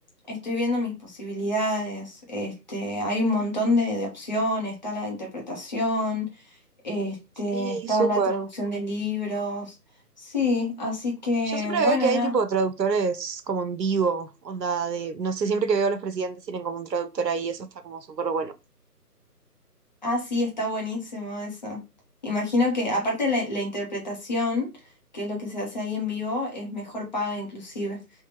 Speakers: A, on the left (about 30°); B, on the right (about 85°).
A: estoy viendo mis posibilidades. Este, hay un montón de, de opciones, está la interpretación, este,
B: Sí,
A: está
B: súper.
A: la traducción de libros. Sí, así que
B: Yo siempre
A: bueno,
B: veo que hay
A: nada.
B: tipo traductores como en vivo, onda de, no sé, siempre que veo a los presidentes tienen como un traductor ahí, eso está como súper bueno.
A: Ah, sí, está buenísimo eso. Imagino que aparte la, la interpretación, que es lo que se hace ahí en vivo, es mejor paga inclusive